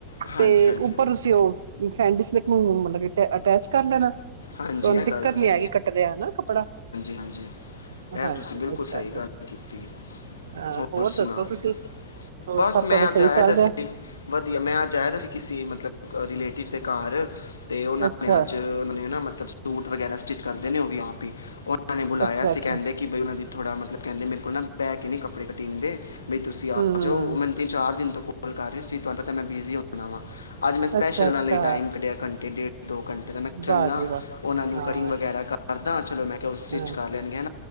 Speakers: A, on the left; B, on the right.
A: ਹਾਂਜੀ
B: ਤੇ
A: ਹਾਂਜੀ
B: ਉੱਪਰ ਤੁਸੀਂ ਉਹ ਫੈਂਡੀ ਸਿਲਕ ਨੂੰ ਮਤਲਬ ਕਿ ਅਟੈਚ ਕਰ ਲੈਣਾ ਤੁਹਾਨੂੰ
A: ਹਾਂਜੀ ਇਹ
B: ਦਿੱਕਤ
A: ਗੱਲ ਤੁਸੀਂ
B: ਨੀ ਆਏਗੀ ਕੱਟਦਿਆ ਨਾ ਕੱਪੜਾ
A: ਇਹ
B: ਹਾਂਜੀ
A: ਤੁਸੀਂ ਬਿਲਕੁਲ
B: ਇਸ
A: ਸਹੀ
B: ਕਰਕੇ
A: ਗੱਲ ਕੀਤੀ
B: ਹਾਂ
A: ਹੋਰ ਸੁਣਾਓ
B: ਦੱਸੋ ਤੁਸੀਂ ਹੋਰ
A: ਬਸ
B: ਸਭ ਤੁਹਾਡਾ
A: ਮੈਂ ਅਜ
B: ਸਹੀ
A: ਆਇਆ
B: ਚੱਲ
A: ਜਾ
B: ਰਿਹਾ
A: ਸੀ ਵਧੀਆ ਮੈਂ ਅਜ ਆਇਆ ਦਾ ਸੀ ਕਿਸੇ ਮਤਲਬ ਰਲੇਟਿਵ ਦੇ ਘਰ ਤੇ ਉਹ
B: ਅੱਛਾ
A: ਮੈਂ ਅੱਜ <unintelligible> ਉਹਨੇ ਨਾ ਮ ਸੂਟ ਵਗੈਰਾ ਸਟਿਚ ਕਰਦੇ ਨੇ ਉਹ ਵੀ ਆਪ ਈ ਔ ਉਹਨਾਂ ਨੇ ਬੁਲਾਆ
B: ਅੱਛਾ
A: ਸੀ
B: ਅੱਛਾ
A: ਕਿੰਦੇ ਕਿ ਬਈਨਾ ਦੀ ਥੋੜਾ ਮਤਲਬ ਕਹਿੰਦੇ ਮੇਰੇ ਕੋਲ ਨਾ ਬੈ ਕੇ ਨਹੀਂ ਕੱਪੜੇ ਕੱਟੀ ਦੀਦੇ। ਬਈ ਤੁਸੀਂ
B: ਹੂੰ
A: ਆ ਜਾਓ
B: ਹੂੰ
A: ਮੈਨੂੰ ਤੇ ਚਾਰ ਦਿਨ ਤੋਂ ਉਪਲ ਕਰ ਰਹੀ ਸੀ ਤੁਹਾਨੂੰ ਪ ਮੈਂ ਬਿਜ਼ੀ ਹੁੰਦਾ ਵਾਂ। ਅੱਜ ਸਪੈਸ਼ਲ
B: ਅੱਛਾ-ਅੱਛਾ,
A: ਇਂਨਾ ਲਈ ਟਾਈਮ ਕੱਢਿਆ ਘੰਟ ਏ ਡੇ ਦੋ ਘੰਟੇ ਦਾ ਮੈਂ ਚੱਲਣਾ
B: ਵਾਹ ਜੀ ਵਾਹ,
A: ਉਹਨਾਂ ਨੂੰ
B: ਹਾਂ,
A: ਕਟਿੰਗ ਵਗੈਰਾ ਕਰਦਾ ਚਲੋ ਮੈਂ ਕਿਹਾ ਉਹ ਸਟਿੱਚ
B: ਹਾਂ।
A: ਕਰ ਲੈਣਗੇ